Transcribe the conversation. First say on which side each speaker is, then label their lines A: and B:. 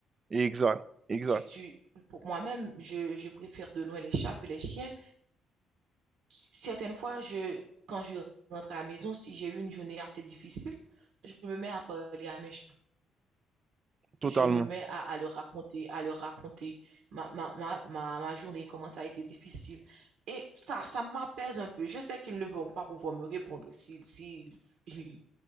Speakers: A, on the right (about 35°); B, on the right (about 80°).
A: exact, exact,
B: tu, tu, pour moi-même, je, je préfère de loin les chats que les chiens, Certaines fois, je, quand je rentre à la maison, si j'ai eu une journée assez difficile, je me mets à parler à mes chats.
A: totalement.
B: Je me mets à, à leur raconter, à leur raconter ma, ma, ma, ma, ma journée, comment ça a été difficile. Et ça, ça m'apaise un peu. Je sais qu'ils ne vont pas pouvoir me répondre. S'ils s'ils- <laughs>